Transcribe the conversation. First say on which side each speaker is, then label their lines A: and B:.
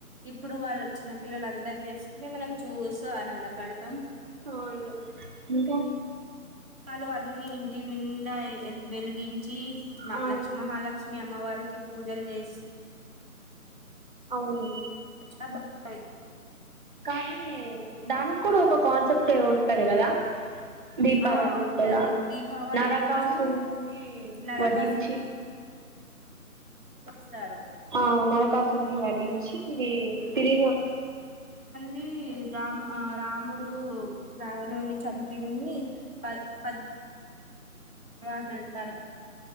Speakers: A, on the right; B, on the right.
A: ఇప్పుడు వాళ్ళ చిన్నపిల్లలందర్ చేసుకునే మనం చూస్తూ ఆనందపడుతాం
B: అవును ఇంకా
A: పాలు అన్ని ఇంటి నిండా ఎల్ వెలిగిన్ చీచ్ మా
B: ఆ
A: లక్ష్ మహాలక్ష్మి అమ్మవారికి పూజల్ జేస్
B: అవును
A: చా భాది
B: కానీ దానిక్ కుడూ ఒక కాన్సెప్ట్ ఏ ఉంటది గదా దీపావళి
A: ఆ ఉంటది
B: కదా
A: దీపావళి
B: నరకాసున్నీ
A: రోజు నరకాసు
B: వధించి
A: వక్ స్తారు
B: ఆ నరకాసుని వదించీ తిరిగో
A: దీ రామ ఆ రాముడు రావణున్ని చంపిన్ని పద్ పద్ వాహ్మ్ ఎళ్తారు